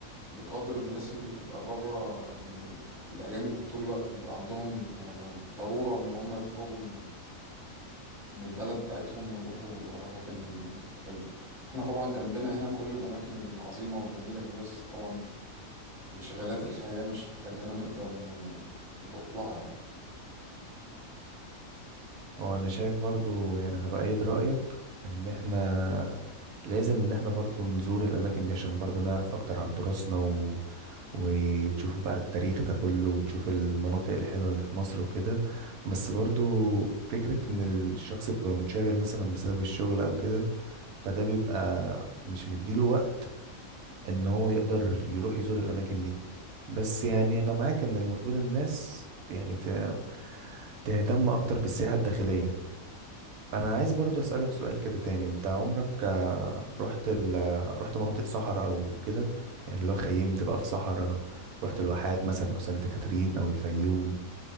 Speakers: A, in the centre; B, on the right.
A: بقدر الناس اللي بتبقى بره يعني الأجانب طول الوقت بيبقى عندهم آه، ضرورة إن هم يخرجوا من البلد بتاعتهم ويروحوا أماكن حلوة احنا طبعا جنبنا هنا كل الأماكن العظيمة والجميلة دي بس طبعا انشغالات الحياة مش مخلينا نقدر ن- نروح لها يعني
B: هو أنا شايف برضو يعني أنا بأيد رأيك إن إحنا لازم إن إحنا برضو نزور الأماكن دي عشان برضو نعرف أكتر عن تراثنا و... وتشوف بقى التاريخ ده كله وتشوف المناطق الحلوة اللي في مصر وكده بس برضو فكرة إن الشخص بيبقى منشغل مثلا بسبب الشغل أو كده فده بيبقى مش مديله وقت ان هو يقدر يروح يزور الاماكن دي بس يعني انا معاك ان المفروض الناس يعني ت- تهتم اكتر بالسياحة الداخلية انا عايز برضو اسألك سؤال كده تاني انت عمرك آه، رحت ال... رحت مناطق صحراء او كده يعني لو خيمت بقى في صحراء رحت الواحات مثلا او سانت كاترين او الفيوم